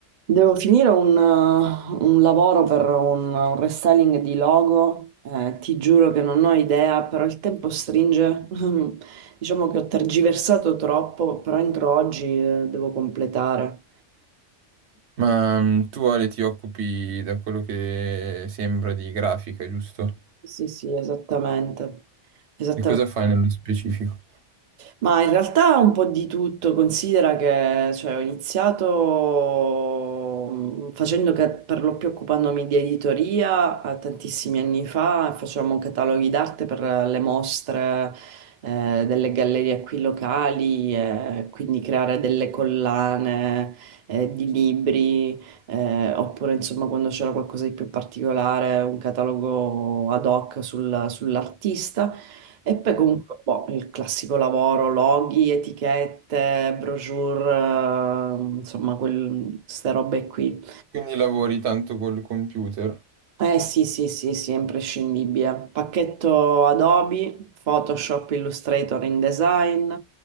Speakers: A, on the right; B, on the right.
A: Devo finire un, uh, un lavoro per un, un restyling di logo, eh, ti giuro che non ho idea, però il tempo stringe. <laughs> Diciamo che ho tergiversato troppo, però entro oggi, eh, devo completare.
B: Ma mm, tu Ale ti occupi da quello che sembra di grafica, giusto?
A: Sì, sì, esattamente. Esattamente.
B: E cosa fai nello specifico?
A: Ma in realtà un po' di tutto, considera che cioè, ho iniziato mm, facendo che per lo più occupandomi di editoria eh, tantissimi anni fa, facevamo cataloghi d'arte per eh, le mostre eh, delle gallerie qui locali, eh, quindi creare delle collane eh, di libri, eh, oppure insomma quando c'era qualcosa di più particolare, un catalogo ad hoc sul- sull'artista. E poi comunque
B: Mm.
A: boh, il classico lavoro, loghi, etichette, brochure, eh, insomma, quel, ste robe qui.
B: Quindi lavori tanto col computer,
A: Eh sì, sì, sì, sì, è imprescindibile. Pacchetto Adobe, Photoshop, Illustrator, InDesign,